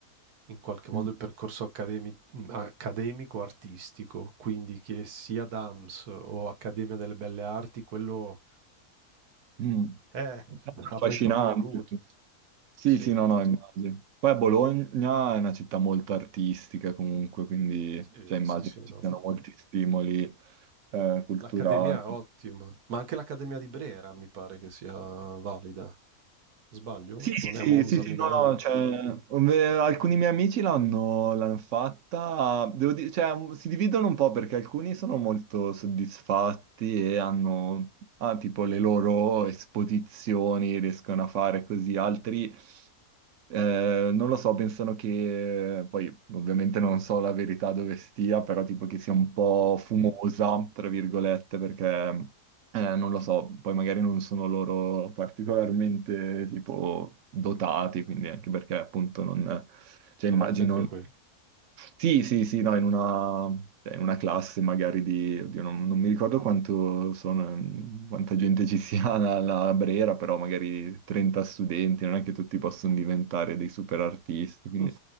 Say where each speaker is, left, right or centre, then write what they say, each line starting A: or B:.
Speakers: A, on the right (about 80°); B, on the right (about 60°).
A: in qualche modo
B: Mm,
A: il percorso accademi- accademico-artistico, quindi che sia DAMS o Accademia delle Belle Arti, quello
B: mm.
A: eh,
B: È
A: avrei
B: affascinante.
A: proprio voluto.
B: Sì,
A: Sì,
B: sì, no, no, immagino. Poi Bologna è una città molto artistica comunque, quindi
A: sì,
B: cioè, immagino
A: sì, sì,
B: ci
A: no.
B: siano molti stimoli eh, culturali.
A: L'Accademia è ottima, ma anche l'Accademia di Brera mi pare che sia valida. Sbaglio?
B: Sì, sì,
A: Non è
B: sì,
A: a Monza,
B: sì,
A: a
B: sì,
A: Milano.
B: no, no, cioè, ve- alcuni miei amici l'hanno l'hanno fatta, devo dire, cioè, un- si dividono un po' perché alcuni sono molto soddisfatti e hanno, ah, tipo, le loro esposizioni, riescono a fare così, altri, eh, non lo so, pensano che, poi ovviamente non so la verità dove stia, però tipo che sia un po'
A: Mh-mh.
B: fumosa, tra virgolette, perché... Eh, non lo so, poi magari non sono loro particolarmente tipo dotati, quindi anche perché appunto non... cioè
A: A
B: immagino...
A: volte anche quello.
B: Sì, sì, sì, no, in una, cioè, in una classe magari di... oddio, non, non mi ricordo quanto sono, quanta gente ci sia alla Brera, però magari 30 studenti, non è che tutti possono diventare dei super artisti, quindi
A: <laughs> Mm.